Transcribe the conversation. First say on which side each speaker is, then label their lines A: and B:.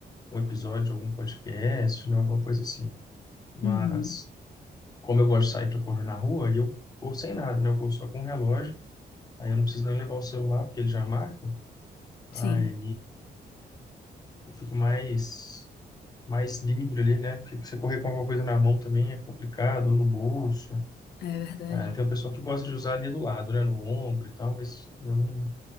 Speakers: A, on the left; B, on the left.
A: um episódio, algum podcast, né, alguma coisa assim. Mas,
B: Uhum.
A: como eu gosto de sair para correr na rua, aí eu corro sem nada, né? Eu corro só com o relógio, aí eu não preciso nem levar o celular, porque ele já marca. Aí
B: Sim,
A: eu fico mais, mais livre ali, né? Porque você correr com alguma coisa na mão também é complicado, ou no bolso.
B: é verdade.
A: Ah, tem o pessoal que gosta de usar ali do lado, né? No ombro e tal, mas eu não,